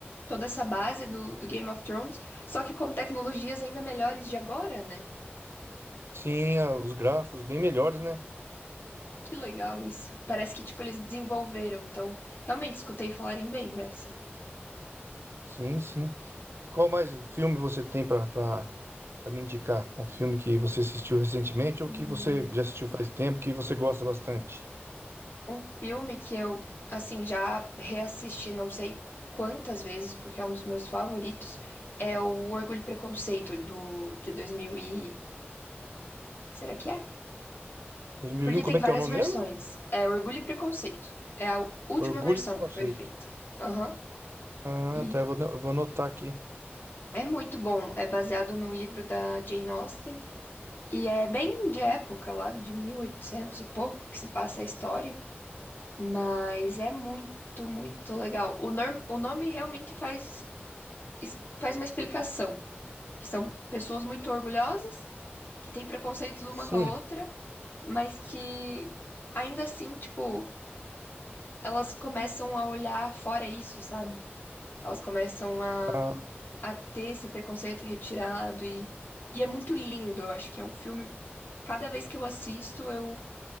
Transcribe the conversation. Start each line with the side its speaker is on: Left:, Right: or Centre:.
Left: toda essa base do, do Game of Thrones, só que com tecnologias ainda melhores de agora, né?
Right: Sim, a- os gráficos bem melhores, né?
Left: Que legal isso. Parece que, tipo, eles desenvolveram. Então, realmente, escutei falarem bem dessa.
Right: Sim, sim. E qual mais filme você tem pra, para pra me indicar? Um filme que você assistiu recentemente ou
Left: Hum,
Right: que você já assistiu faz tempo, que você gosta bastante?
Left: Um filme que eu, assim, já reassisti não sei quantas vezes, porque é um dos meus favoritos, é o Orgulho e Preconceito, do, de 2001, será que é?
Right: Dois mil
Left: Porque
Right: e um.
Left: tem
Right: como é
Left: várias
Right: que é o nome
Left: versões.
Right: mesmo?
Left: É Orgulho e Preconceito. É a última
Right: Orgulho
Left: versão
Right: e Preconceito.
Left: que foi feita. Aham.
Right: Ah,
Left: E
Right: tá. Eu vou, eu vou anotar aqui.
Left: É muito bom. É baseado no livro da Jane Austen. E é bem de época, lá de 1800 e oitocentos e pouco, que se passa a história. Mas é muito, muito legal. O, norm- o nome realmente faz, es- faz uma explicação. Que são pessoas muito orgulhosas, que têm preconceitos uma
Right: Sim.
Left: com a outra, mas que ainda assim, tipo, elas começam a olhar fora isso, sabe? Elas começam a,
Right: tá. Ah,
Left: a ter esse preconceito retirado e, e é muito lindo. Eu acho que é um filme. Cada vez que eu assisto, eu